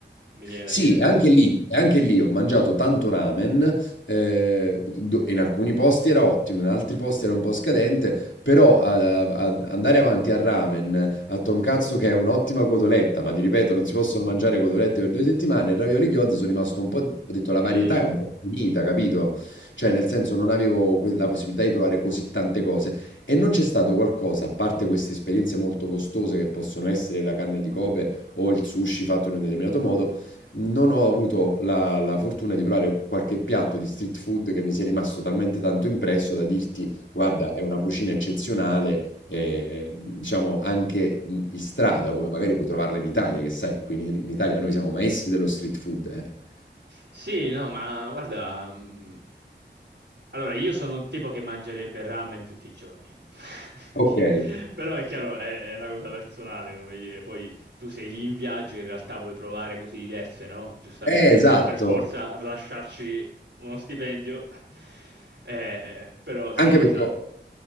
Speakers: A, on the right; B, on the left.
A: Mi viene da
B: sì,
A: chiederti.
B: e anche lì e anche lì ho mangiato tanto ramen, ehm, do in alcuni posti era ottimo, in altri posti era un po' scadente, però ad a andare avanti al ramen, a tonkatsu che è un'ottima cotoletta, ma ti ripeto
A: Mm.
B: non si possono mangiare cotolette per 2 settimane, e ravioli gyoza sono rimasto un po' ho detto la
A: Mm.
B: varietà è un po' finita, capito, cioè nel senso non avevo que la possibilità di provare così tante cose e non c'è stato qualcosa, a parte queste esperienze molto costose che possono essere la carne di Kobe o il sushi fatto in un determinato modo, non ho avuto la, la fortuna di provare qualche piatto di street food che mi sia rimasto talmente tanto impresso da dirti, guarda, è una cucina eccezionale, eh, diciamo anche in, in strada, come magari puoi trovarla in Italia, che sai, qui in, in Italia noi siamo maestri dello street food. eh.
A: Sì, no, ma guarda, mhmm, allora io sono un tipo che mangerebbe ramen tutti i giorni, <laughs>
B: Ok, eh,
A: però è chiaro, è è una cosa personale, come dire, poi tu sei lì in viaggio e in realtà vuoi provare cose diverse, no, giustamente,
B: esatto.
A: non per forza lasciarci uno stipendio, <laughs> eh, però sì,
B: Anche
A: esa
B: perché ho-